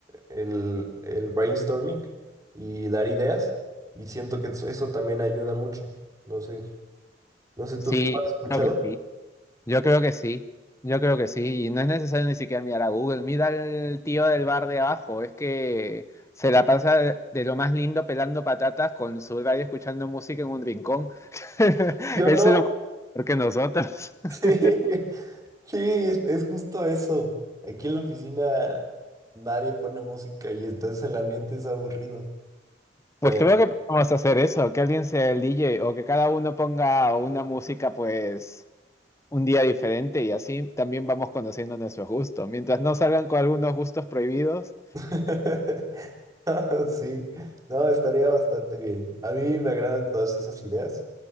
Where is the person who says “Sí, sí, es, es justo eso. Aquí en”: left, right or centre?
Right